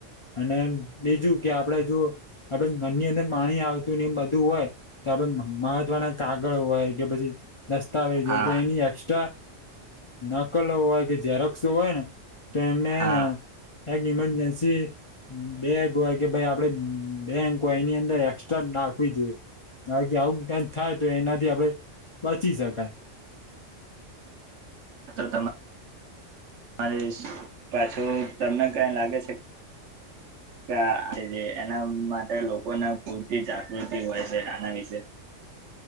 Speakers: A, on the left; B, on the right.
A: અને બીજું કે આપ જો આપંદર પાણી આવતું ને એ બધું હોય તો આપ મહત્વના કાગળ હોય કે પછી દસ્તાવેજ
B: હા
A: હોય તો એની એસ્ટ્રા નકલ હોય કે જેઝરોક્સો હોય ને તો એમનેને
B: હા
A: એક ઈમરજન્સી બેંક હોય કે ભાઈ આપડ બેંક હોય એની અંદર એક્સ્ટ્રા નાખવી જોઈએ. બાકી આવું કંક થાય તો એનાથી આપડે બચી શકાય.
B: તો તમારે મારી પાછું તમને કઈ લાગે છે? કે આ જે છે એના માટે લોકોને પૂરતી જાગૃતિ હોય છે આના વિશે.